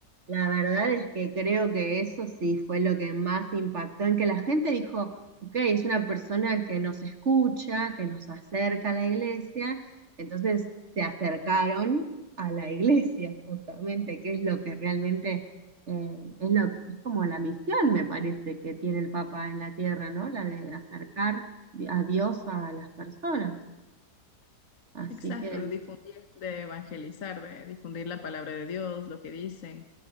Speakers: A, on the right; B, on the left.
A: La verdad es que creo que eso sí fue lo que más impactó, en que la gente dijo, ok, es una persona que nos escucha, que nos acerca a la iglesia, entonces se acercaron a la <laughs> iglesia justamente, que es lo que realmente eh, es lo, es como la misión, me parece, que tiene el Papa en la tierra, ¿no? La de acercar a Dios a las personas. Así
B: Exacto,
A: que,
B: de difundir, de evangelizar, de difundir la palabra de Dios, lo que dicen,